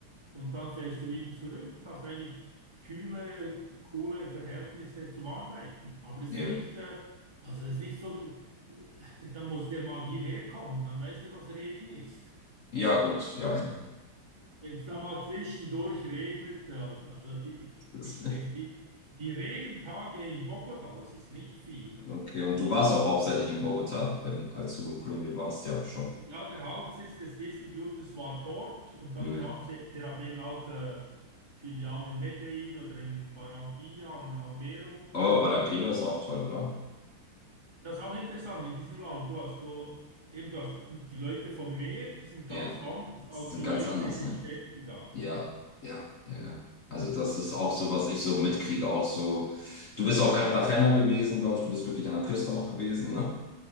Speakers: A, on the right; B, on the left.
A: und dann fährst du wieder zurück und hast eigentlich kühle, coole Verhältnisse zum Arbeiten. Aber es
B: Ja.
A: ist nicht, äh, also es ist nicht so, äh, dann muss der mal hierher kommen, dann weiß er, was Regen ist.
B: Ja, gut, ja.
A: Wenn es da mal
B: <laughs>
A: zwischendurch regnet, äh, also die,
B: Das-
A: ich denke, die, die Regentage in Bogota, das ist nicht viel.
B: Okay, und du warst auch hauptsächlich in Bogota, wenn, als du in Kolumbien warst, ja, schon.
A: Ja, der Hauptsitz des Distributors war dort und dann
B: Hm.
A: hat sie, der hat eben auch äh, Filialen in Medellin oder in Barranquilla am, am Meer unten.
B: Oh, Barranquilla ist auch toll, oder?
A: Das ist auch interessant in diesem Land. Du hast du eben du hast die Leute vom Meer, die sind ganz
B: Ja,
A: anders
B: die
A: als
B: sind
A: die
B: ganz
A: Leute
B: anders,
A: in den
B: ne?
A: Städten da.
B: Ja, ja, ja. ja. Also das ist auch so, was ich so mitkriege, auch so. Du bist auch Cartagena gewesen, glaube ich, du bist wirklich an der Küste auch gewesen, ne?